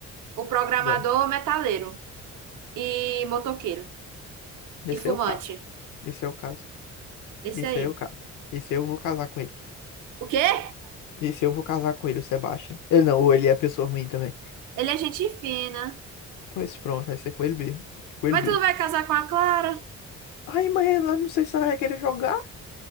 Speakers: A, on the right; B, on the left.
A: O programador
B: Ué,
A: metaleiro e motoqueiro
B: esse
A: e fumante.
B: é o caso. Esse é o caso.
A: Esse
B: Esse
A: aí.
B: aí é o caso. Esse aí eu vou casar com ele.
A: O quê?
B: Esse eu vou casar com ele, o Sebastian. Ele não, ou ele é pessoa ruim também.
A: Ele é gente fina.
B: Pois pronto, vai ser com ele mesmo. É com
A: Mas
B: ele mesmo.
A: tu não vai casar com a Clara?
B: Ai, mãe, ela não sei se ela vai querer jogar.